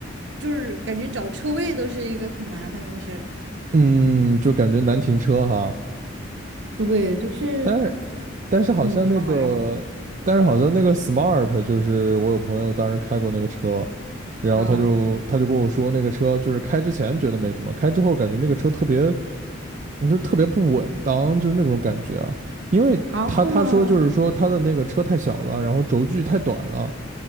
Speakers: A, on the right (about 65°); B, on the right (about 40°).
A: 就是感觉找车位都是一个很麻烦的事儿。
B: 嗯，就感觉难停车哈。
A: 对，就是
B: 但是但是好像那个，
A: 嗯，比较麻烦
B: 但是好像那个 Smart 就是我有朋友当时开过那个车，然后他就他就跟我说那个车就是开之前觉得没什么，
A: 啊
B: 开之后感觉那个车特别。你就特别不稳当，就是那种感觉啊。因为他他说就是说他的那个车太小了，
A: 啊，会吗？
B: 然后轴距太短了，